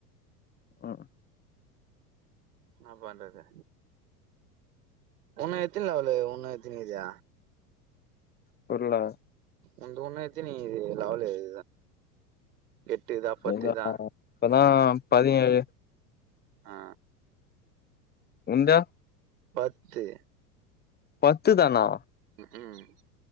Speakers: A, on the left; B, on the right.
A: ம்
B: என்னா பண்றது உன்னு எத்தின் லெவலு உன்னு எத்தினி இக்குது
A: புரில
B: ஒன்து உன்ன எத்தினி இக்குது லெவலு <unintelligible> எட்டுதா பத்துதா
A: எங்க இப்பதா பதினேழு
B: ஆ
A: உன்த
B: பத்து
A: பத்து தானா
B: ம் ம்